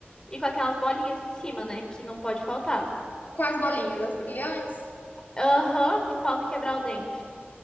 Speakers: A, on the left (about 20°); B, on the left (about 50°).
A: e com aquelas bolinhas em cima, né? Que não pode faltar.
B: Quais bolinhas? As brilhantes?
A: Aham, que falta quebrar o dente.